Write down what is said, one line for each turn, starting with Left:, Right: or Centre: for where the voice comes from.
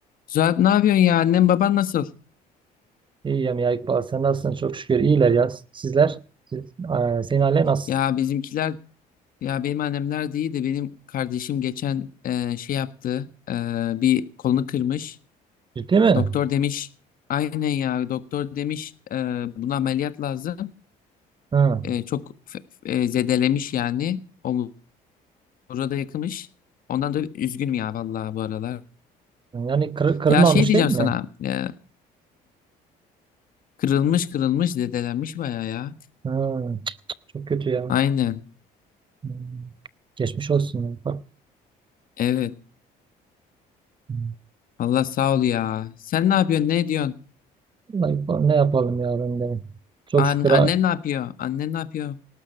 Left: Zuhat ne yapıyorsun ya? Annem baban nasıl?
Right: İyiyim ya İkbal. Sen nasılsın? Çok şükür. iyiler ya. Sizler? Siz, Aa, senin ailen nasıl?
Left: Ya bizimkiler ya benim annemler de iyi de benim kardeşim geçen e, şey yaptı. e, bir kolunu kırmış.
Right: Ciddi mi?
Left: Doktor demiş aynen ya doktor demiş e, buna ameliyat lazım.
Right: Ha.
Left: E, çok f- f- e, zedelemiş yani. Omura da yakımış. Ondan da üzgünüm ya vallahi bu aralar.
Right: Yani kır, kırılmamış
Left: Ya şey diyeceğim
Right: değil mi?
Left: sana e, kırılmış kırılmış zedelenmiş baya ya.
Right: Ha. Çok kötü ya.
Left: Aynen
Right: Hmm. Geçmiş olsun. ya. Bak.
Left: evet.
Right: Hmm.
Left: Allah sağ ol ya. Sen ne yapıyorsun? Ne ediyorsun?
Right: Vallahi İkbal, ne yapalım ya ben de. Çok
Left: An
Right: şükür.
Left: annen
Right: ha.
Left: ne yapıyor? Annen ne yapıyor?